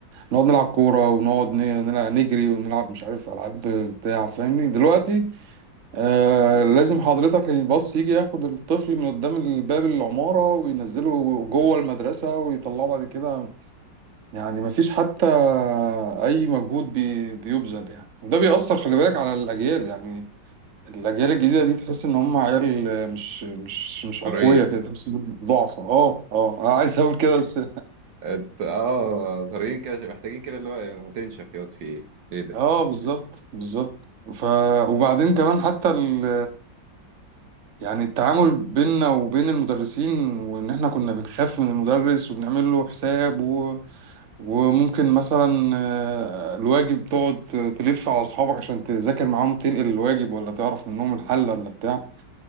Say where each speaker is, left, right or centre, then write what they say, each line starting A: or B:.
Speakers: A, on the right (about 45°); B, on the right (about 75°).
A: نقعد نلعب كورة ونقعد ن- نلعب نجري ونلعب مش عارف ألعاب بتاع فاهمني دلوقتي آه لازم حضرتك الباص يجي ياخد الطفل من قدام الباب العمارة وينزله جوه المدرسة ويطلعه بعد كده يعني مفيش حتى أي مجهود بي بيبذل يعني وده بيأثر خلي بالك على الأجيال يعني الأجيال الجديدة دي تحس إن هم عيال مش مش مش
B: طرية
A: أقوياء كده بس ضعفة اه اه أنا عايز أقول كده بس
B: ات- اه طريقين كده محتاجين كده اللي هو إيه، ما تنشف ياض في ايه ايه ده
A: اه بالظبط بالظبط ف وبعدين كمان حتى ال يعني التعامل بيننا وبين المدرسين وان احنا كنا بنخاف من المدرس وبنعمل له حساب و... وممكن مثلا آه، الواجب تقعد تلف على اصحابك عشان تذاكر معاهم تنقل الواجب ولا تعرف منهم الحل ولا بتاع